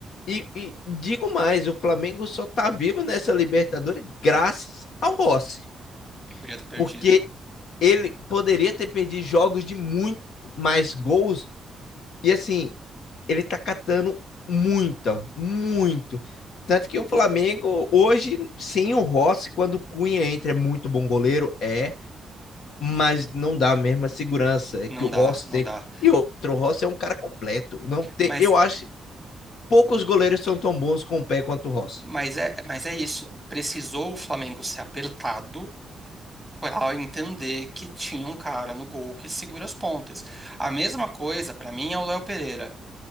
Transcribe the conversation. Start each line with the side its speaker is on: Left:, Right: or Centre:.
Left: E, e digo mais, o Flamengo só tá vivo nessa Libertadores graças ao Rossi.
Centre: Podia ter perdido,
Left: Porque
Centre: né?
Left: ele poderia ter perdido jogos de muito mais gols. E assim, ele tá catando muita, muito. Tanto que o Flamengo, hoje, sem o Rossi, quando o Cunha entra, é muito bom goleiro, é. mas não dá a mesma segurança
Centre: Não
Left: que o Rossi
Centre: dá, não
Left: tem.
Centre: dá.
Left: E outro, o Rossi é um cara completo. Não tem,
Centre: Mas,
Left: eu acho, que poucos goleiros são tão bons com o pé quanto o Rossi.
Centre: mas é, mas é isso. Precisou o Flamengo ser apertado para entender que tinha um cara no gol que segura as pontas. A mesma coisa, para mim, é o Léo Pereira.